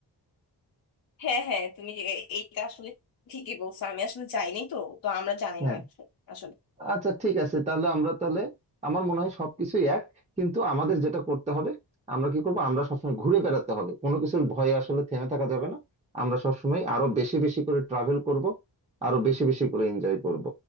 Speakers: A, on the left; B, on the right.
A: হ্যাঁ হ্যাঁ তুমি এ- এইটা আসলে ঠিকই বলছো আমি আসলে যাই নাই তো তো আমরা জানি
B: হ্যাঁ
A: না আসলে
B: আচ্ছা ঠিক আছে তাহলে আমরা তাহলে আমার মনে হয় সবকিছু এক কিন্তু আমাদের যেটা করতে হবে আমরা কি করবো আমরা সবসময় ঘুরে বেড়াতে হবে কোনো কিছুর ভয়ে আসলে থেমে থাকা যাবে না আমরা সবসময় আরো বেশি বেশি করে ট্রাভেল করব আরো বেশি বেশি করে এনজয় করব